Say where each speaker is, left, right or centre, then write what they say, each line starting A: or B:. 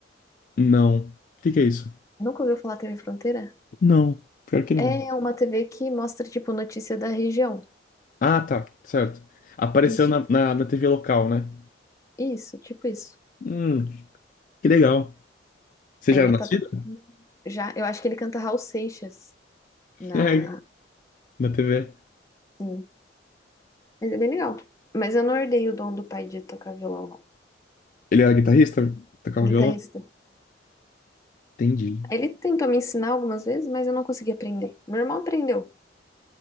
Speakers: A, on the left; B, on the left.
A: Não. O que que é isso?
B: Nunca ouviu falar TV Fronteira?
A: Não, pior que não.
B: É uma TV que mostra, tipo, notícia da região.
A: Ah, tá, certo. Apareceu
B: Isso,
A: na, na, na TV local, né?
B: isso, tipo isso.
A: Hum, que legal. Você
B: Aí
A: já
B: ele
A: era nascido?
B: tá tocando
A: <laughs>
B: já. Eu acho que ele canta Raul Seixas na.
A: É, na TV.
B: Sim. Mas é bem legal. Mas eu não herdei o dom do pai de tocar violão, não.
A: Ele era guitarrista? Tocava
B: Guitarrista.
A: violão? Entendi.
B: Ele tentou me ensinar algumas vezes, mas eu não consegui aprender. Meu irmão aprendeu,